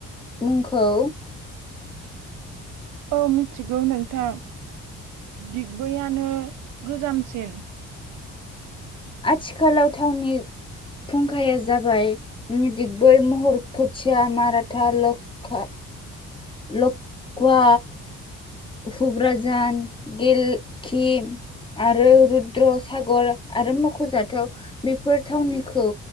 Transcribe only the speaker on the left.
मुंखौ?
आथिखालाव थावनि फुंखाया जाबाय दिगबै महर खोथिया, माराठा, लखा लक्वा, हुब्राझान, गेलकिम आरो रुद्रसागर आरो मख'जाथाव बेफोर थावनिखौ